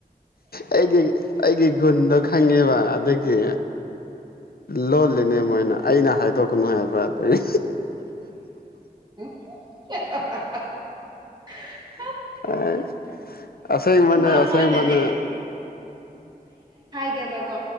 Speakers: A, on the left (about 70°); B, on the right (about 25°).
A: ꯑꯩꯒꯤ ꯑꯩꯒꯤ ꯒꯨꯟꯗꯣ ꯈꯪꯉꯦꯕ ꯑꯗꯒꯤ ꯂꯣꯜꯂꯤꯅꯦ ꯃꯣꯏꯅ ꯑꯩꯅ ꯍꯥꯏꯗꯣꯛꯀꯅꯨ ꯍꯥꯏꯕ ꯑꯗꯒꯤ
B: <inaudible>
A: ꯑꯦ ꯑꯁꯦꯡ ꯃꯅꯦ
B: ꯃꯥ
A: ꯑꯁꯦꯡ
B: ꯃꯣꯏꯅꯗꯤ
A: ꯃꯅꯦ
B: ꯀꯦꯕ ꯀꯣ